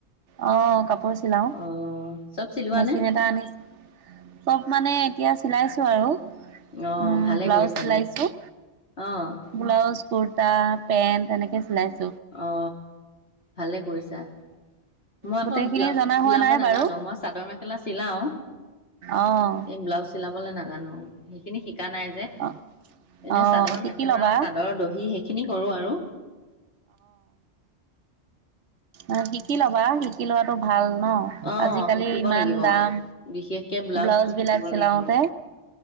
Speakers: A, on the right; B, on the left.
A: অ কাপো কাপোৰ চিলাওঁ
B: অ' চব চিলোৱা
A: মেচিন
B: নে?
A: এটা আনিচে চব মানে, এতিয়া চিলাইছো আৰু উম,
B: অ' ভালে
A: ব্লাউজ
B: কৰিছা
A: চিলাইছো
B: দিয়া। অ'
A: ব্লাউজ কুৰ্তা পেণ্ট এনেকে চিলাইছো।
B: অ ভালে কৰিছা। মই আকৌ
A: গোটেইখিনি
B: ব্লাউজ
A: জনা
B: চিলাব
A: হোৱা নাই
B: নাজানো
A: বাৰু
B: মই চাদৰ মেখেলা চিলাওঁ
A: অ',
B: এই ব্লাউজ চিলাবলৈ নাজানো সেইখিনি শিকা নাই।
A: অ',
B: এনে
A: অ
B: চাদৰ
A: শিকি
B: মেখেলা
A: ল'বা।
B: চাদৰ দহি সেইখিনি কৰো। আৰু
A: অ শিকি লবা শিকি লোৱাটো ভাল। ন
B: অ'
A: আজিকালি
B: শিকিব
A: ইমান
B: লাগিব।
A: দাম
B: বিশেষকে ব্লাউজটো
A: ব্লাউজ
B: শিকিব
A: বিলাক চিলাওঁতে
B: লাগিব।